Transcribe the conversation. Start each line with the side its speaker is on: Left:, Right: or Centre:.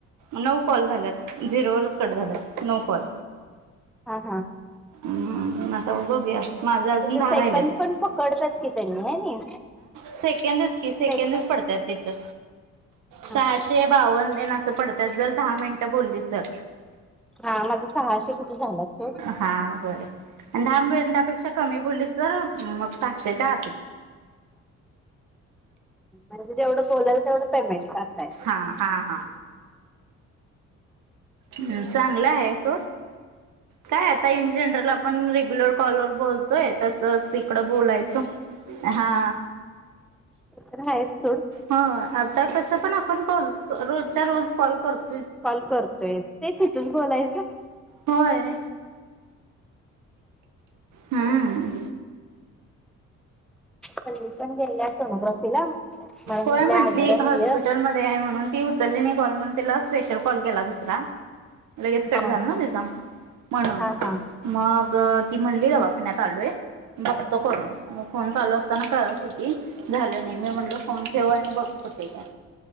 Right: नऊ कॉल झाल्यात झिरोवरच कट झाल्यात नऊ कॉल
Centre: हा हा.
Right: हम्म आता बघूया. माझा अजून
Centre: त्याचे
Right: दहा
Centre: सेकंद
Right: राहिल्यात
Centre: पण पकडतात की त्यांनी हाय नी
Right: सेकंडच ते सेकंदच
Centre: सेकंद
Right: पडतात तिथं.
Centre: हा
Right: सहाशे बावन्न येण असं पडतात जर दहा मिनिटं बोललीस तर
Centre: हा माझं सहाशे किती झालाच.
Right: हा बर ए आबड. पेक्षा कमी बोललीस तर मग साक्षशेच्या आ.
Centre: म्हजे जेवढं बोलाय तेवढं पेमेंट कर.
Right: हा हा हा. हम् चांगला आहे सोड. काय आता इन जनरल आपण रेग्युलर कॉलर बोलतोय तसंच. थोडं बोलायचं हा.
Centre: ते तर आहेच सोड.
Right: ह आता कसं पण आपण कॉल रोजच्या रोज कॉल करतो.
Centre: कॉल करतोयस तेच तस बोलायचं. विात
Right: होय हम्म
Centre: कल्ली पण गेल्या सोनोग्राफीला मला मु
Right: होय म्हंटली
Centre: ल आभर
Right: हॉस्पिटलमध्ये
Centre: हय
Right: म्हणून ती उचलली नाही कॉल म्हणून तिला स्पेशल कॉल केला दुसरा लगेच कट
Centre: हा
Right: झालं ना ते सांग म्हणून
Centre: हा हा
Right: मग ती म्हणली दवा फण्यातत आलोय बघतो करून मग फोन चालू असताना कर किती झाले नाही मी म्हणलो फोन ठेव आणि बघतते का